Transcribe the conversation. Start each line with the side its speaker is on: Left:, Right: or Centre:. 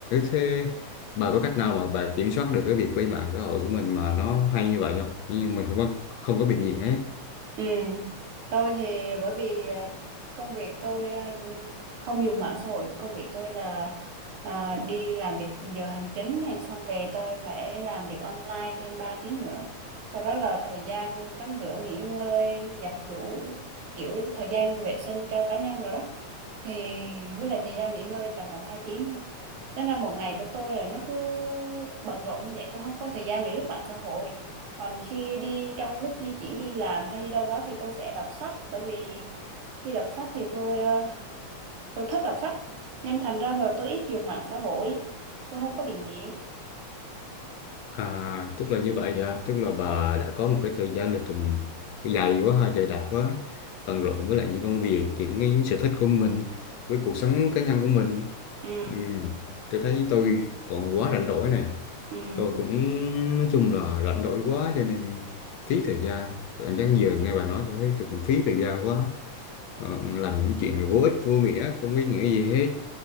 Left: thế Bà có cách nào mà bà kiểm soát được cái việc lên mạng xã hội của mình mà nó hay như vậy không? Nhưng mà mình không có không có bị nghiện ấy.
Right: Ừ, tôi thì bởi vì à, công việc tôi à, không dùng mạng xã hội, công việc tôi là à, đi làm việc giờ hành chính này xong về tôi phải làm việc online thêm 3 tiếng nữa. Sau đó là thời gian tắm rửa, nghỉ ngơi, giặt giũ, kiểu thời gian vệ sinh cho cá nhân rồi đó thì với lại thời gian nghỉ ngơi tầm một hai tiếng thôi Tính ra một ngày của tôi là nó cứ bận rộn như vậy tôi không có thời gian để lướt mạng xã hội còn khi đi trong lúc di chuyển đi làm hay đi đâu đó thì tôi sẽ đọc sách bởi vì khi đọc sách thì tôi ờ, tôi thích đọc sách nên thành ra rồi tôi ít dùng mạng xã hội tôi không có bị nghiện
Left: À, tức là như vậy hả? Tức là bà đã có một cái thời gian lịch trình dài quá ha, dày đặc quá, bận rộn với lại những công việc, những, những sở thích của mình, với cuộc sống cá nhân của mình.
Right: ừ
Left: Ừm, tôi thấy tôi còn quá rảnh rỗi này.
Right: ừ
Left: Tôi cũng nói chung là rảnh rỗi quá cho nên phí thời gian. Cảm giác giờ
Right: ừ.
Left: nghe bà nói tôi thấy tôi cũng phí thời gian quá Ờ, làm những chuyện là vô ích vô nghĩa không ý nghĩa gì hết